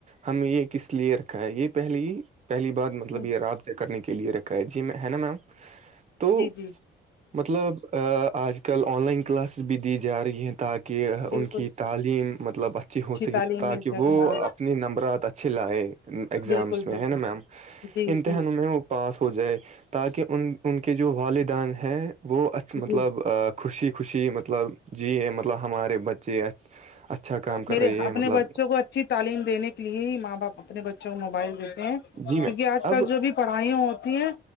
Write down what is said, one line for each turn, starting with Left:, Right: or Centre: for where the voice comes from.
Right: ہم یہ کس لیے رکھا ہے یہ پہلی پہلی بات مطلب
Left: ہ
Right: یہ رابطے کرنے کے لیے رکھا ہے جی میں ہے نا میم تو
Left: جی جی
Right: مطلب آج کل آن لائن کلاسز بھی دی جا رہی ہیں تاکہ ان
Left: بالکل
Right: کی تعلیم مطلب اچھی ہو سکے
Left: تعلیم
Right: تاکہ
Left: مل سکے
Right: وہ
Left: ہاں
Right: اپنے نمبرات اچھے لائے اگزامس
Left: بالکل
Right: میں
Left: بالکل
Right: ہے نا میم
Left: جی
Right: امتحانوں
Left: جی
Right: میں پاس ہو جائے تاکہ ان ان کے جو والدین ہیں وہ مطلب
Left: جی
Right: خوشی خوشی مطلب جی ہے مطلب ہمارے بچے اچھا کام کر
Left: میرے
Right: رہی ہے
Left: اپنے
Right: مطلب
Left: بچوں کو اچھی تعلیم دینے کے لیے ہی ماں باپ اپنے بچوں کو موبائل دیتے ہیں
Right: جی میم
Left: کیونکہ آج کل
Right: اب
Left: جو بھی پڑھائیا ہوتی ہیں